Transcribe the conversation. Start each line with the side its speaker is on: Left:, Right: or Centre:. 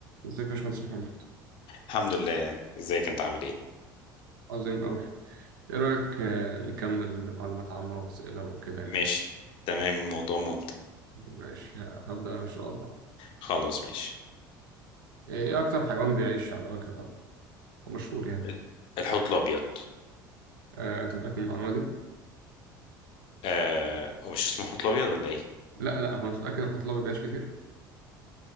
Right: ازيك يا باشمهندس محمد
Left: الحمد لله ازيك انت عامل ايه
Right: عظيم أوي إيه رأيك آه، نكمل معلومات عامة وأسئلة وكده يعني
Left: ماشي تمام الموضوع ممتع
Right: ماشي ه- هبدأ أنا إن شاء الله
Left: خلاص ماشي
Right: إيه إيه أكتر حيوان بيعيش على وجه الأرض ومشهور يعني
Left: ال- الحوت الابيض
Right: آه، أنت متأكد من المعلومة دي؟
Left: آه هو مش اسمه حوت الابيض ولا ايه
Right: لا لا هو أنت متأكد إن الحوت الأبيض بيعيش كتير؟